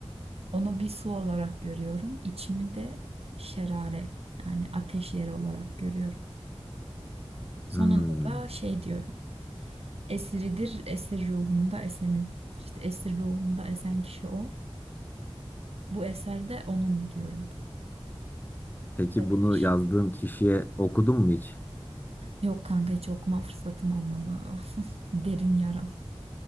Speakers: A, on the right; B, on the left.
A: onu bir su olarak görüyorum. İçimi de şerare yani ateş yeri olarak görüyorum. Sonunda
B: Hmm.
A: da şey diyorum. Esiridir, esir ruhumda esenin. İşte esir ruhumda esen kişi o. Bu eserde onun diyorum.
B: Peki
A: Böyle
B: bunu
A: bir şey.
B: yazdığın kişiye okudun mu hiç?
A: Yok kanka hiç okuma fırsatım olmadı. <laughs> Derin yaram.